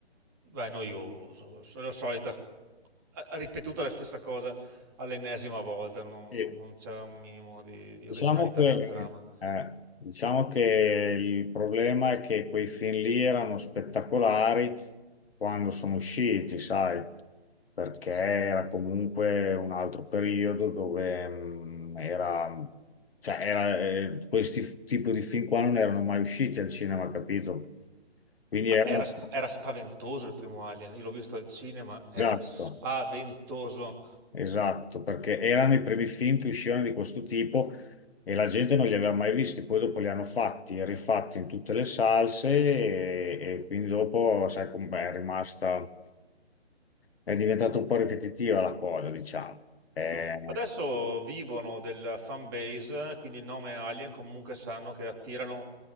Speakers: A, on the right (about 20°); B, on the left (about 60°).
A: beh, è noioso, è la solita, ha ha ripetuto la stessa cosa all'ennesima volta, non,
B: Sì.
A: non- non c'era un minimo di, di
B: Diciamo
A: originalità
B: che,
A: nella trama.
B: eh, diciamo che il problema è che quei film lì erano spettacolari quando sono usciti, sai, perché era comunque un altro periodo dove mm, era, cioè, era, eh, questi f- tipo di film qua non erano mai usciti al cinema, capito? Quindi
A: Ma
B: erano,
A: era, sp- era spaventoso il primo Alien, io l'ho visto al cinema, era
B: esatto.
A: spaventoso.
B: Esatto, perché erano i primi film che uscivano di questo tipo e la gente non li aveva mai visti, poi dopo li hanno fatti e rifatti in tutte le salse e, e quindi dopo, sai com'è, è rimasta, è diventata un po' ripetitiva la cosa, diciamo. Eh,
A: Adesso vivono della fan base, quindi il nome Alien comunque sanno che attirano